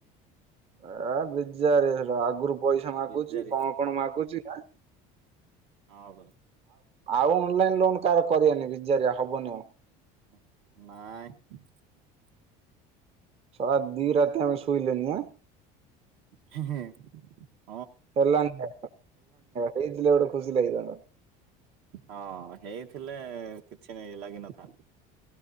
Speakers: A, on the right; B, on the right.
A: <unintelligible> ପଇସା ମାଗୁଚି
B: ବିଜାରି
A: କଣ କଣ ମାଗୁଚି। କ <unintelligible>
B: ହଁ ଆବ
A: ଆଉ ଅନଲାଇନ ଲୋନ କାହାର କରନି ବିଚାରିଆ ହବନି ଆଉ‌।
B: ନାଇଁ।
A: ସଳ ଦୀରାତି ଆମେ ଶୋଇଲେନି ନା।
B: ହୁଁ।
A: ହେଲାନି ସେଇଥିଲା ଗୋଟ ଖୁସିିଲାଗିଥାନ୍ତା।
B: ହଁ ହେଇଥିଲେ କିଛି ଲାଗିନଥାନ୍ତା।